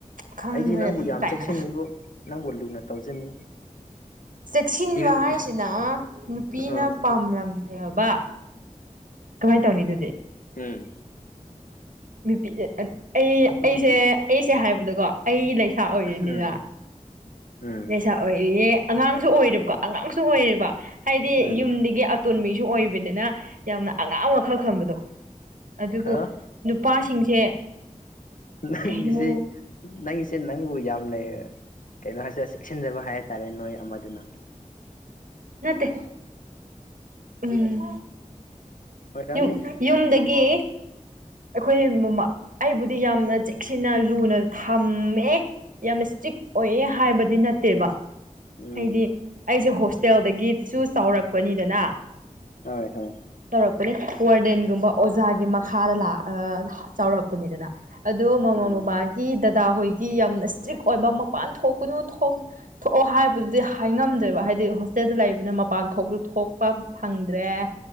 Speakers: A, on the right; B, on the left.
A: ꯈꯪꯗ꯭ꯔꯦ
B: ꯑꯩꯗꯤ ꯅꯪꯕꯨ
A: ꯑꯗꯨꯝ
B: ꯌꯥꯝ
A: ꯀꯥꯏꯅ
B: ꯆꯦꯛꯁꯤꯟꯅꯤꯕꯨ ꯅꯪꯕꯨ ꯂꯨꯅ ꯇꯧꯖꯅꯤ
A: ꯆꯦꯛꯁꯤꯟꯕ
B: ꯏꯔ
A: ꯍꯥꯏꯁꯤꯅ ꯅꯨꯄꯤꯅ
B: ꯑ
A: ꯄꯥꯝꯂꯝꯃꯤ ꯌꯥꯕ ꯀꯃꯥꯏꯅ ꯇꯧꯅꯤ ꯑꯗꯨꯗꯤ
B: ꯎꯝ
A: ꯅꯨꯄꯤ ꯑꯩ
B: ꯑꯗꯨꯕꯨꯗꯤ
A: ꯑꯩꯁꯦ ꯑꯩꯁꯦ ꯍꯥꯏꯕꯗꯀꯣ ꯑꯩ ꯂꯩꯁꯥ ꯑꯣꯏꯔꯤꯅꯤꯅ
B: ꯎꯝ ꯎꯝ
A: ꯂꯩꯁꯥ ꯑꯣꯏꯔꯤꯌꯦ ꯑꯉꯥꯡꯁꯨ ꯑꯣꯏꯔꯦꯕꯀꯣ ꯑꯉꯥꯡꯁꯨ ꯑꯣꯏꯔꯦꯕ ꯍꯥꯏꯗꯤ
B: ꯎꯝ
A: ꯌꯨꯝꯗꯒꯤ ꯑꯇꯣꯝꯕꯤꯁꯨ ꯑꯣꯏꯕꯅꯤꯅ ꯌꯥꯝꯅ ꯑꯉꯥꯡ ꯋꯥꯈꯜ ꯈꯟꯕꯗꯣ ꯑꯗꯨꯕꯨ
B: ꯑ
A: ꯅꯨꯄꯥꯁꯤꯡꯁꯦ
B: ꯅꯪꯒꯤꯁꯤ
A: ꯀꯩꯅꯣ
B: ꯅꯪꯒꯤꯁꯦ ꯅꯪꯕꯨ ꯌꯥꯝꯅ ꯀꯩꯅꯣ ꯍꯥꯏꯁꯤ ꯆꯦꯛꯁꯤꯟꯖꯕ ꯍꯥꯏ ꯇꯔꯦ ꯅꯣꯏ ꯑꯃꯗꯨꯅ
A: ꯅꯠꯇꯦ ꯎꯝ
B: ꯑꯣꯏꯔꯝꯅꯤ
A: ꯌꯨꯝ ꯌꯨꯝꯗꯒꯤ ꯑꯩꯈꯣꯏ ꯃꯃꯥ ꯑꯩꯕꯨꯗꯤ ꯌꯥꯝꯅ ꯆꯦꯛꯁꯤꯟꯅ ꯂꯨꯅ ꯊꯝꯃꯦ ꯌꯥꯝꯅ ꯁꯇ꯭ꯔꯤꯛ ꯑꯣꯏꯑꯦ ꯍꯥꯏꯕꯗꯤ ꯅꯠꯇꯦꯕ
B: ꯎꯝ
A: ꯍꯥꯏꯗꯤ ꯑꯩꯁꯦ ꯍꯣꯁꯇꯦꯜꯗꯒꯤꯁꯨ ꯆꯥꯎꯔꯛꯄꯅꯤꯗꯅ
B: ꯍꯣꯏ ꯍꯣꯏ
A: ꯇꯧꯔꯛꯄꯅꯤ ꯋꯥꯔꯗꯦꯟꯒꯨꯝꯕ ꯑꯣꯖꯥꯒꯤ ꯃꯈꯥꯗ ꯂꯥ ꯑꯥ ꯆꯥꯎꯔꯛ ꯄꯅꯤꯗꯅ ꯑꯗꯣ ꯃꯃꯥ
B: ꯎꯝ
A: ꯃꯕꯥ ꯒꯤ ꯗꯗꯥ ꯍꯣꯏꯒꯤ ꯌꯥꯝꯅ ꯏꯁꯇ꯭ꯔꯤꯛ ꯑꯣꯏꯕ ꯃꯄꯥꯟ ꯊꯣꯛꯄꯅꯨ ꯊꯣꯛ ꯊꯣꯛꯑꯣ ꯍꯥꯏꯕ ꯕꯗꯨꯗꯤ ꯍꯥꯏꯉꯝꯗ꯭ꯔꯦꯕ ꯍꯥꯏꯗꯤ ꯍꯣꯁꯇꯦꯜꯗ ꯂꯩꯕꯅꯤꯅ ꯃꯄꯥꯟ ꯊꯣꯛꯁꯨ ꯊꯣꯛꯄ ꯐꯪꯗ꯭ꯔꯦ